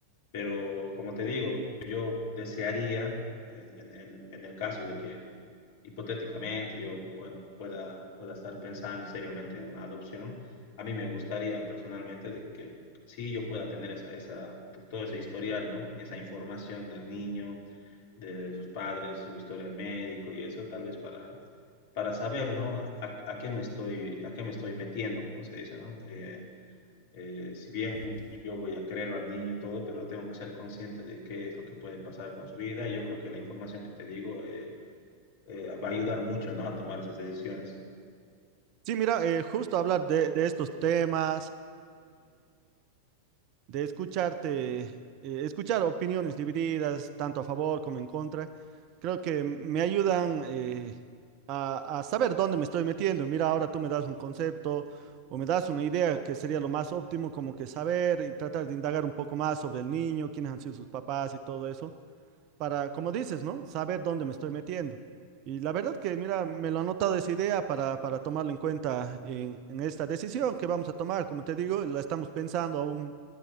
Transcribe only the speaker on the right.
Sí, mira, eh, justo hablar de, de estos temas, de escucharte, eh, escuchar opiniones divididas, tanto a favor como en contra, creo que me ayudan eh, a, a saber dónde me estoy metiendo. Mira, ahora tú me das un concepto o me das una idea que sería lo más óptimo, como que saber y tratar de indagar un poco más sobre el niño, quiénes han sido sus papás y todo eso para, como dices, ¿no? Saber dónde me estoy metiendo. Y la verdad que, mira, me lo ha anotado esa idea para, para tomarlo en cuenta en, en esta decisión que vamos a tomar. Como te digo, la estamos pensando aún,